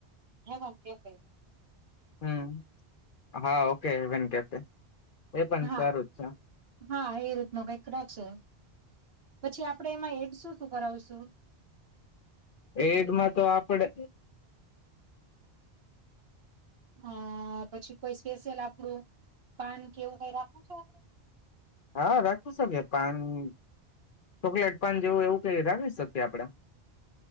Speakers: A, on the right (about 65°); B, on the left (about 55°).
A: હે પણ કેક
B: <inaudible>
A: હા
B: સારું જ છે
A: હા એ રીત નું કઈક રાખશે પછી આપણેે એમાં એડ શું શું કરાવશું
B: એડમાં તો આપડે
A: અ પછી કોઈ સ્પેશિયલ આપડું પાન કેવું કઈ રાખું છ આપ
B: હા રાખી શકે પાણી ચોકલેટ પાન જેવું એવું રાખી શકીએ આપડા